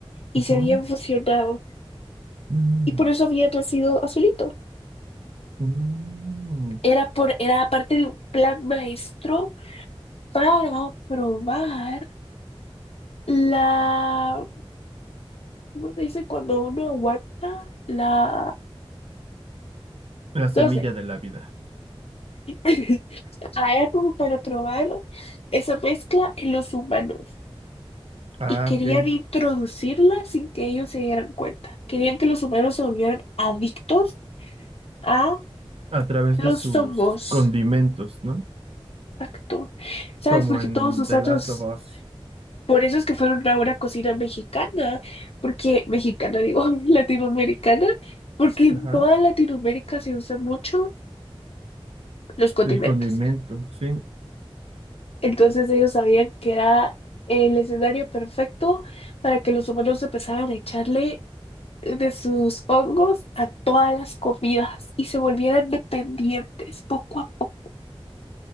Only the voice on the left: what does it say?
y
se habían fusionado.
Y por eso había nacido Azulito.
Era por, era parte de un plan maestro para probar la, ¿cómo se dice? Cuando uno aguanta la,
no sé.
<laughs> Hay como para probar esa mezcla en los humanos
y querían
introducirla sin que ellos se dieran cuenta. Querían que los humanos se volvieran adictos a
los
hongos.
Exacto. ¿Sabes?
Porque
todos nosotros,
por eso es que fueron a una cocina mexicana, porque mexicana digo, <laughs> latinoamericana, porque en
toda Latinoamérica se usan mucho los condimentos.
Entonces ellos sabían que era el escenario perfecto para que los humanos empezaran a echarle de sus hongos a todas las comidas y se volvieran dependientes poco a poco.